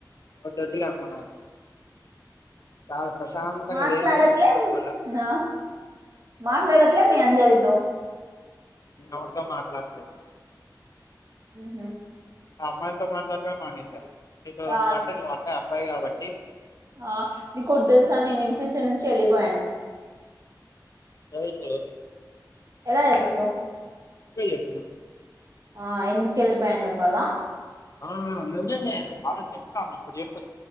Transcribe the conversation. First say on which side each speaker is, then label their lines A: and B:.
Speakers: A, on the left (about 50°); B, on the right (about 45°).
A: అ వద్దుద్దు లే అమ్మ నాకు చాలా ప్రశాంతంగా
B: మాట్లాడట్లే
A: లేను ఇప్పుడుకి కూడా
B: ఆ మాట్లాడట్లే మీ అంజలితో
A: నేను ఎవరితో మాట్లాడట్లేను
B: ఉహు
A: నా అమ్మాయితో మాట్లాడటమే మానేసా నీతొ
B: ఆ
A: నువ్వు అంటె అబ్బాయి కాబట్టి
B: ఆ నీ కోటి తెలుసా కొద్ది తెలుసా ఎన్సిసి నుంచి వెళ్లిపోయాను.
A: ఎవల్సే
B: ఎలా తెలుసు
A: ఇప్పుడే చెసిన
B: ఆ ఎందుకు వెళ్ళిపోయాను చెప్పాలా
A: ఆ నిజమే వాడ చెప్తాను ఇప్పుడు చెప్